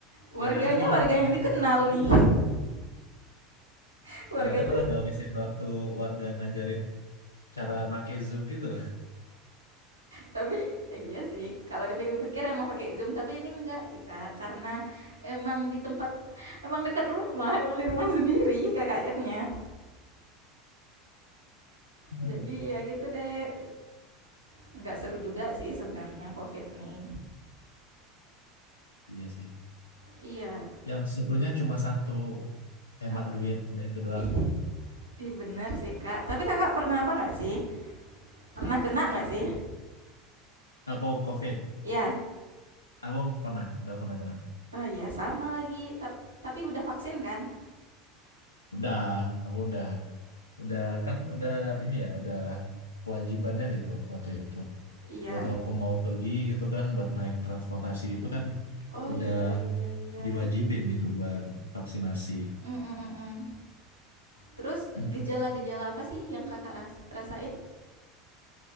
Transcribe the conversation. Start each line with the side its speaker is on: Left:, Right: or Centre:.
Right: warganya
Left: Yang ada malah
Right: warga
Left: ngabisin
Right: yang dikenal
Left: waktu.
Right: nih. <laughs> warganya
Left: Yang ada malah ngabisin waktu warga ngajarin cara make Zoom gitu.
Right: Tapi iya sih, kalau dipikir-pikir emang pakai Zoom, tapi ini enggak sih, Kak. Karena emang di tempat emang dekat rumah, emang di rumah sendiri KKN-nya.
Left: Hmm.
Right: Jadi ya gitu deh. Enggak seru juga sih sebenarnya COVID nih.
Left: Iya sih.
Right: Iya,
Left: Yang serunya cuma satu, hemat
Right: apa
Left: duit, udah itu doang.
Right: ih, ih bener sih, Kak. Tapi Kakak pernah apa nggak sih? Pernah kena nggak sih?
Left: Aku COVID.
Right: Iya.
Left: Aku nggak pernah, nggak pernah kena.
Right: Oh iya, sama lagi. Tap- Tapi udah vaksin kan?
Left: Udah, aku udah, udah kan udah ini ya, udah kewajibannya gitu waktu itu.
Right: Iya.
Left: Waktu aku mau pergi gitu kan, buat naik transportasi gitu kan,
Right: Oh
Left: udah
Right: iya iya iya.
Left: diwajibin gitu buat vaksinasi.
Right: Mm, mm, mm, mm. Terus
Left: <laughs>
Right: gejala-gejala apa sih yang Kakak raks- rasain?